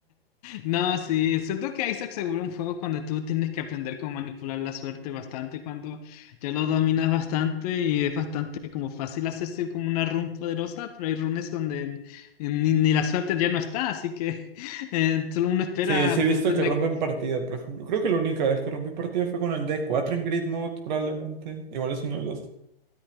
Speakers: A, on the left; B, on the right.
A: No, sí, siento que Isaac seguro es un juego cuando tú tienes que aprender cómo manipular la suerte bastante, cuando ya lo dominas bastante y es bastante como fácil hacerse como una run poderosa, pero hay runes donde n- ni, ni la suerte ya no está, así que <laughs> eh, solo uno espera
B: Sí, sí he
A: poder
B: visto
A: tener...
B: que rompen partida, por ejemplo, creo que la única vez que rompí partida fue con el d cuatro en Grid Mode, probablemente, igual es una de las